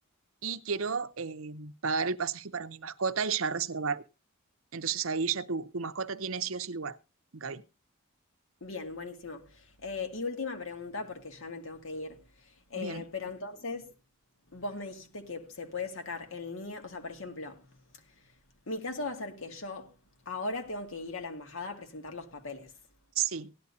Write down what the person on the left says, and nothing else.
Bien, buenísimo. Eh, y última pregunta, porque ya me tengo que ir. Eh,
pero entonces, vos me dijiste que se puede sacar el NIE. O sea, por ejemplo, mi caso va a ser que yo ahora tengo que ir a la embajada a presentar los papeles.